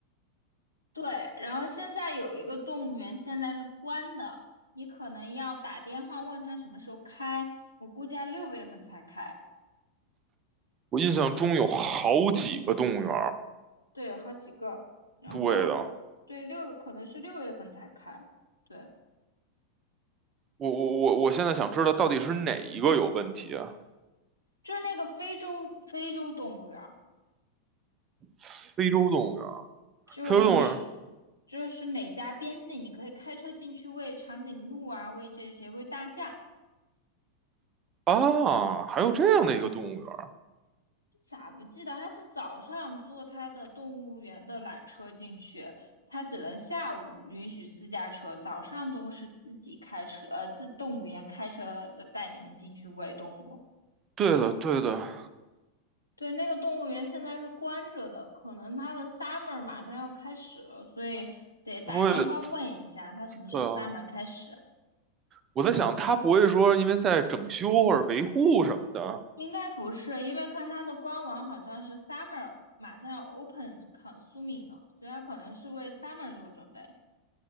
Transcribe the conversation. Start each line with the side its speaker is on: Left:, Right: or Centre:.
Left: 对，然后现在有一个动物园，现在是关的，你可能要打电话问他什么时候开，我估计要六月份才开。
Right: 我印象中有好几个动物园
Left: 嗯，对，有好几个，然后
Right: 对的，
Left: 对六可能是六月份才开，对，
Right: 我我我我现在想知道到底是哪一个有问题啊？
Left: 就是那个非洲非洲动物园儿
Right: 非洲动物园
Left: 就是每
Right: 非洲动物园
Left: 就是每家边境，你可以开车进去喂长颈鹿啊，喂这些喂大象，
Right: 啊，还有这样的一个动物园。
Left: 咋不记得？他是早上坐他的动物园的缆车进去，他只能下午允许私家车，早上都是自己开车，呃，自动物园开车带你们进去喂动物。
Right: 对的，对的，
Left: 对，那个动物园现在是关着的，可能他的 summer 马上要开始了，所以得打电话问一下他什么时候
Right: 他不会，对啊，
Left: summer 开始。
Right: 我在想他不会说因为在整修或者维护什么的
Left: 应该不是，因为看他的官网好像是 summer 马上要 open consuming 了，所以他可能是为 summer 做准备。